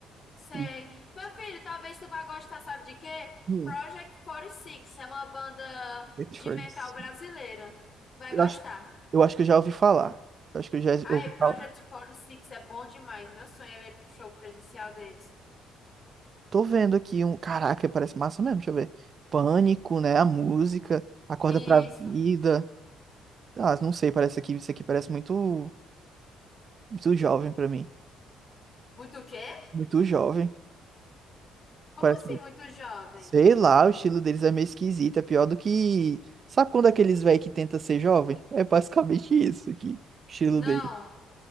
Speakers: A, on the left; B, on the right.
A: Sei.
B: E
A: Meu filho, talvez tu vá gostar, sabe de quê?
B: hum,
A: Project 46 é uma banda
B: Dead
A: de
B: Furnace.
A: metal brasileira. Tu vai
B: eu
A: gostar.
B: acho, eu acho que eu já ouvi falar. Eu acho que eu já
A: Ai,
B: ouvi
A: Project
B: falar.
A: 46 é bom demais. Meu sonho era ir pro show presencial deles.
B: Tô vendo aqui um. Caraca, parece massa mesmo, deixa eu ver. Pânico, né? A música, Acorda
A: Isso.
B: pra Vida. Ah, não sei, parece aqui, isso aqui parece muito, muito jovem pra mim.
A: Muito o quê?
B: Muito jovem.
A: Como
B: Parece.
A: assim,
B: muito-
A: muito jovem?
B: Sei lá, o estilo deles é meio esquisito, é pior do que. Sabe quando aqueles velhos que tenta ser jovem? É basicamente isso aqui, o estilo
A: Não,
B: dele.